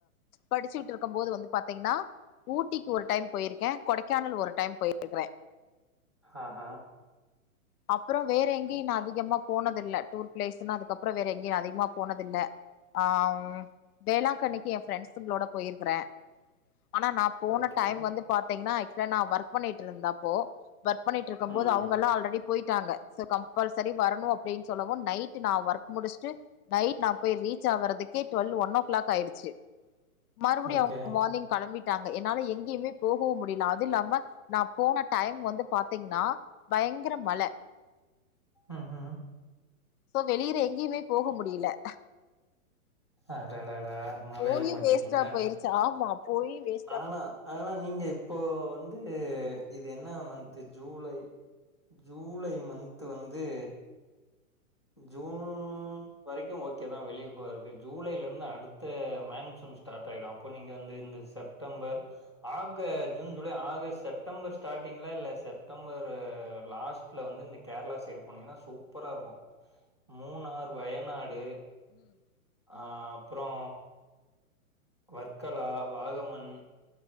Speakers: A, on the left; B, on the left.
A: படிச்சுக்கிட்டு இருக்கும் போது வந்து பாத்தீங்கன்னா ஊட்டிக்கு ஒரு டைம் போயிருக்கே கொடைக்கானல் ஒரு டைம் போயிருக்கறே
B: ஆஹ
A: அப்ற வேற எங்கியு நா அதிகமா போனது இல்ல டூர் பிளேஸ்ன்னு அதுக்கப்ற வேற எங்கியு நா அதிகமா போனதுல்ல ஆ வேளாங்கண்ணிக்கு என் ஃப்ரெண்ட்ஸுங்களோட போயிருக்கிறே ஆனா நா போன
B: ஓகே
A: டைம் வந்து பாத்தீங்கன்னா ஆக்சுவலா நா ஒர்க் பண்ணிட்டு இருந்த அப்போ ஒர்க் பண்ணிட்டு இருக்கும்
B: ம்
A: போது அவுங்கள்லா ஆல்ரெடி போயிட்டாங்க சோ கம்பல்சரி வரணு அப்டின்னு சொல்லவு நைட் நா ஒர்க் முடிச்சுட்டு நைட் நா போய் ரீச் ஆவறதுக்கே டுவெல் ஒன் ஓ கிளாக் ஆயிடுச்சு மறுபடியு
B: ஓகே
A: அவுங்க மார்னிங் கெளம்பிட்டாங்க என்னால எங்கயுமே போகவு முடில அது இல்லாம நா போன டைம் வந்து பாத்தீங்கன்னா பயங்கர மழ
B: ம் ஹு ஹு
A: சோ வெளியில எங்கியுமே போக முடில
B: அடாடடா மழயில
A: போயு
B: மாட்டிட்டிங்களா
A: வேஸ்ட்டா போயிருச்சு ஆமா போய் வேஸ்ட்
B: ஆனா ஆனா நீங்க இப்போ வந்து இது என்ன மந்த்து ஜூலை ஜூலை மந்த்து வந்து ஜூன் இப்ப வரைக்கு ஓகே தா வெளியே போறக்கு ஜூலைலருந்து அடுத்த மேன் சூன் ஸ்டார்ட் ஆகிடு அப்ப நீங்க வந்து இந்த செப் டம்பர் ஆக ஜூன் ஜூலை ஆகஸ் செப்டம்பர் ஸ்டார்ட்டிங்ல இல்ல செப்டம்பர் லாஸ்ட்ல வந்து இந்த கேர்ளா சைடு போனீங்கன்னா சூப்பரா இருக்கு மூணார் வயநாடு
A: ம்
B: ஆ அப்றோ வர்க்கலா வாகமன்